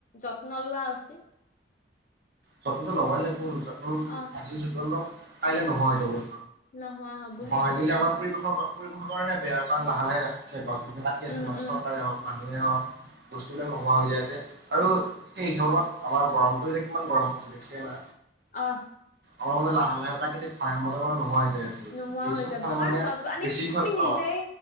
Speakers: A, on the left (about 45°); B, on the right (about 60°).
A: যত্ন লোৱা উচিত
B: যত্নটো
A: সেইটোয়ে
B: ল'বই লাগিব যত্ন
A: অ
B: আজি যতন লঙ কাইলে নোহোৱা হৈ যাবই
A: নোহোৱা হব সেইটোয়ে
B: মাগিলে আমাৰ পৰিৱেশক পৰিেশৰ কাৰণে বেয়া কাৰণ লাহে লাহে ৰাখছে গছ কাটি আছে
A: উম উম
B: চৰকাৰে হও মানুহ মানুহে হওক বস্তুবিলাক নোহোৱা হৈ যায় আছে আৰু সেই হিচাপ লগত আমাৰ গৰমটো এতিয়া কিমান গৰম পৰিছে দেখছিনা
A: অহ
B: আমাৰ মানে লাহে লাহে প্ৰাকৃতিক ভাৰসাম্যতা মানে নহয় হৈ যাই আছে গোটেই
A: নোহোৱা হৈ
B: চবফালে
A: যাব কাৰণ
B: মানে
A: গছ আমি
B: বিশৃংখল
A: আমি নিজেই
B: অ